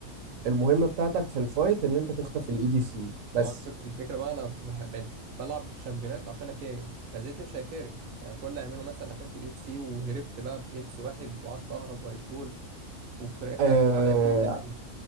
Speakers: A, on the right; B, on the right.
A: المهمة بتاعتك في الفايت ان انت تخطف الاي دي سي بس
B: ما هو الفك- الفكرة بقى انا بح- بقيت بلعب بالشامبيونات عشان اكاري فزد مش هيكاري يعني كل اللي اعمله مثلا قتلت الاي سي وهربت بقى بهيلث واحد وقعدت اهرب وريكول وفراخ
A: آه،
B: على التيمات كله